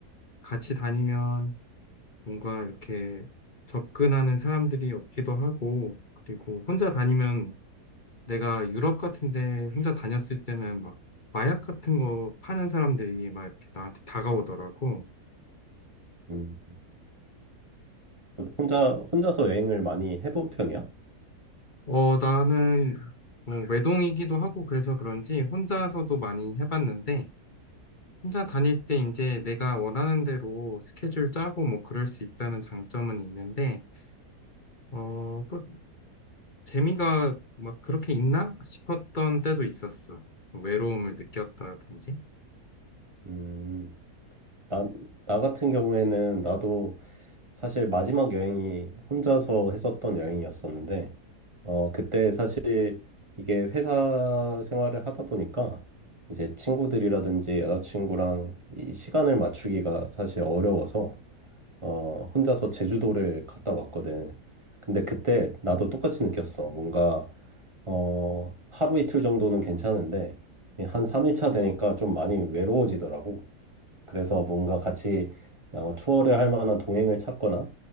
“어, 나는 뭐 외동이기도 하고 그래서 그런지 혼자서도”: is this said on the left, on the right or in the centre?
Left